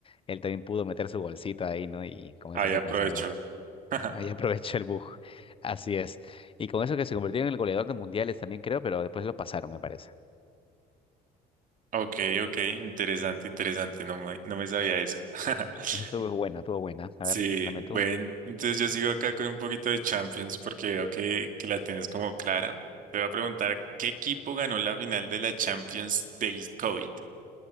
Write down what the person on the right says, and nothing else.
Ahí
aprovecho.
<laughs>
Ok, ok, interesante, interesante, no me, no me sabía eso. <laughs>
Sí,
bueno,
entonces yo sigo acá con un poquito de Champions porque veo que, que la tienes como clara. Te voy a preguntar, ¿qué equipo ganó la final de la Champions del COVID?